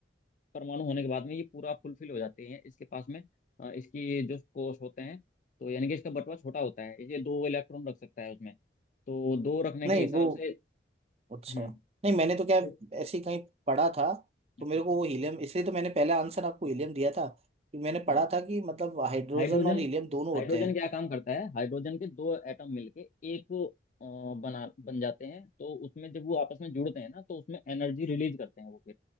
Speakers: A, on the left; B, on the right.
A: परमाणु होने के बाद में ये पूरा फुलफिल हो जाते हैं इसके पास में अ, इसकी जो कोश होते हैं तो यानी कि इसका बटवा छोटा होता है ये दो इलेक्ट्रॉन रख सकता है उसमें तो दो रखने
B: नहीं
A: के हिसाब
B: वो
A: से
B: अच्छा
A: हम्म
B: नहीं मैंने तो क्या
A: तो-
B: ऐसे ही कहीं पढ़ा था तो
A: अच्छा
B: मेरे
A: अच्छा
B: को वो हीलियम इसलिए तो मैंने पहला आंसर आपको
A: हम्म,
B: हीलियम दिया था कि मैंने पढ़ा
A: हाँ
B: था कि मतलब हाइड्रोजन
A: हाइड्रोजन
B: और हीलियम दोनों होते
A: हाइड्रोजन
B: हैं
A: क्या काम करता है हाइड्रोजन के दो एटम मिलके एक अ, बना बन जाते हैं तो उसमें जब वो आपस में जुड़ते हैं ना तो उसमें एनर्जी रिलीज करते हैं वो फिर